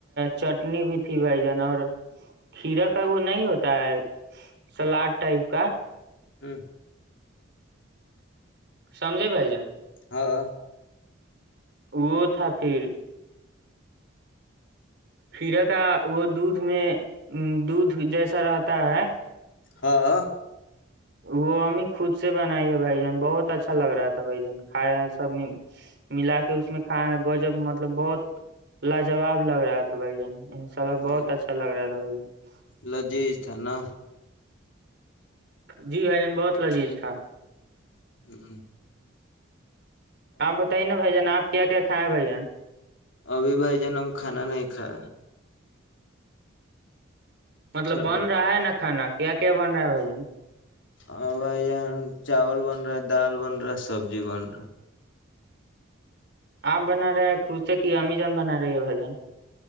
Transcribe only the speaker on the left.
ہوں
ہاں
ہاں
ا
لذیذ تھا نا
ہوں
ابھی بھائی جان ہم کھانا نہیں کھایا
تھوڑا
دیر
ہ بھائی جان چاول بن رہا ہے دال بن رہا سبزی بن رہا